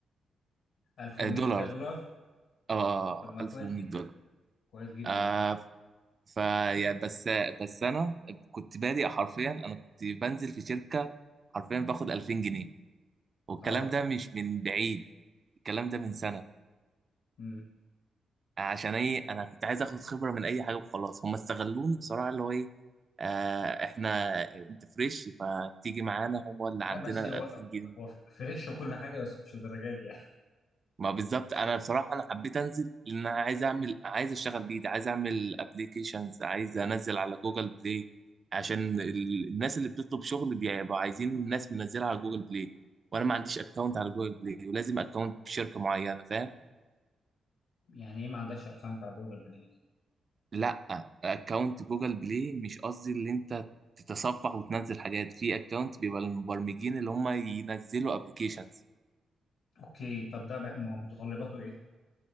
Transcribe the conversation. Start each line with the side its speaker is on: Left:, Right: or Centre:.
Left: 1100
Right: آه، دولار
Left: دولار
Right: اه
Left: إيه، طب ما
Right: 1100
Left: كويس جدا
Right: دولار
Left: كويس جدا
Right: آه
Left: يعني
Right: ف يا- بس بس انا كنت بادئ حرفيا انا كنت بنزل في شركه حرفيا باخد 2000 جنيه والكلام
Left: اه
Right: ده مش من بعيد الكلام ده من سنه
Left: مم.
Right: عشان ايه انا كنت عايز اخد خبره من اي حاجه وخلاص هم استغلوني بصراحه اللي هو ايه آه احنا انت فريش فتيجي معانا هم اللي
Left: لا
Right: عندنا
Left: بس هو
Right: 2000 جنيه
Left: هو فريش وكل حاجه بس مش الدرجات دي يعني
Right: ما بالظبط انا بصراحه انا حبيت انزل لان انا عايز اعمل عايز اشتغل بايدي عايز اعمل ابلكيشنز عايز انزل على جوجل بلاي عشان ال- الناس اللي بتطلب شغل بيبقوا عايزين الناس منزلها على جوجل بلاي وانا ما عنديش اكونت على جوجل بلاي ولازم اكونت بشركه معينه فاهم؟
Left: يعني ايه ما عندكش اكونت على جوجل بلاي
Right: لا اكونت جوجل بلاي مش قصدي اللي انت تتصفح وتنزل حاجات في اكونت بيبقى للمبرمجين اللي هم ينزلوا ابلكيشنز
Left: اوكي طب ده بقى متطلباته ايه